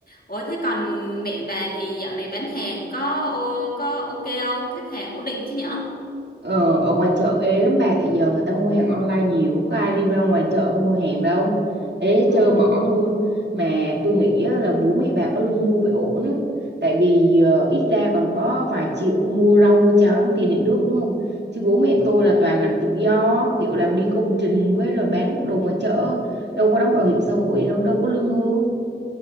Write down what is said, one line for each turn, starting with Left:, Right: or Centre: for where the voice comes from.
Left: Ủa thế còn mẹ bà thì dạo này bán hàng có ô- có ok không? Khách hàng ổn định chứ nhở?
Right: Ờ, ở ngoài chợ ế lắm bà tại giờ người ta mua hàng online nhiều có ai đi ra ngoài chợ mua hàng đâu ế
Left: Ờ,
Right: trơ mỏ luôn mà tôi nghĩ á, là bố mẹ bà có lương hưu phải ổn á tại vì ờ, ít ra còn có vài triệu mua rau mua cháo đóng tiền điện nước đúng không chứ bố mẹ
Left: đúng
Right: tôi là
Left: rồi.
Right: toàn làm tự do kiểu làm đi công trình với rồi bán đồ ngoài chợ đâu có đóng bảo hiểm xã hội đâu đâu có lương hưu